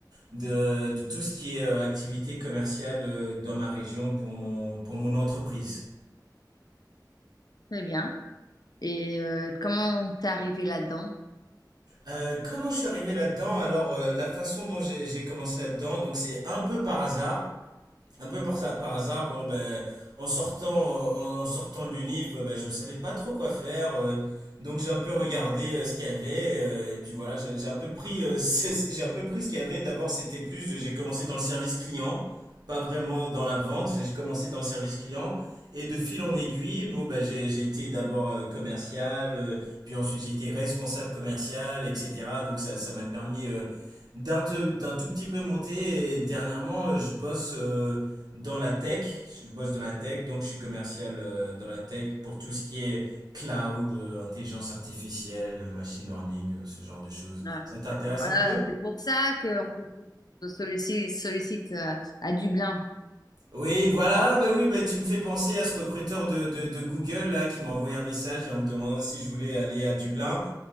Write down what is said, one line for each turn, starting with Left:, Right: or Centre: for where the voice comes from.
Right: de, de tout ce qui est euh, activité commerciale euh, dans ma région pour mon, pour mon entreprise.
Left: Très bien. Et euh, comment t'es arrivé là-dedans?
Right: Euh, comment je suis arrivé là-dedans? Alors, euh, la façon dont j'ai j'ai commencé là-dedans, donc c'est un peu par hasard un peu par, ça- par hasard, bon, ben, en sortant, en, en sortant de l'UNIF, euh, ben, je ne savais pas trop quoi faire. euh, donc j'ai un peu regardé euh, ce qu'il y avait. euh, et puis voilà, j'ai j'ai un peu pris, euh, <laughs> c'est- j'ai un peu pris ce qu'il y avait. D'abord, c'était plus, de- j'ai commencé dans le service client, pas vraiment dans la vente. J'ai commencé dans le service client. Et de fil en aiguille, bon, ben, j'ai j'ai été d'abord euh, commercial, euh, puis ensuite j'ai été responsable commercial, etc. Donc ça, ça m'a permis euh, d'un te-
Left: Mmh.
Right: d'un tout petit peu monter. Et dernièrement, euh, je bosse. euh, dans la tech. Je bosse dans la tech, donc je suis commercial euh, dans la tech pour tout ce qui est cloud, euh, intelligence artificielle, euh, machine learning, euh, ce genre de choses.
Left: Ah,
Right: Ça t'intéresse
Left: d'accord. Ah
Right: un
Left: là,
Right: peu?
Left: c'est pour ça qu'on te propose de sollicite, sollicite euh, à Dublin.
Right: Oui, voilà, bah oui, bah tu me fais penser à ce recruteur de, de, de Google là, qui m'a envoyé un message en me demandant si je voulais aller à Dublin.